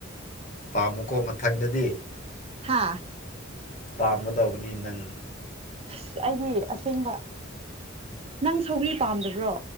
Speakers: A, on the left (about 35°); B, on the right (about 30°).
A: ꯄꯥꯝꯃꯨꯀꯣ ꯃꯊꯪꯗꯗꯤ
B: ꯍꯥꯥ
A: ꯄꯥꯝꯒꯗꯧꯕꯅꯤ ꯅꯪ
B: ꯑꯁ ꯑꯩꯗꯤ ꯑꯁꯦꯡꯕ ꯅꯪ ꯁꯧꯒ꯭ꯔꯤ ꯄꯥꯝꯗꯕ꯭ꯔꯣ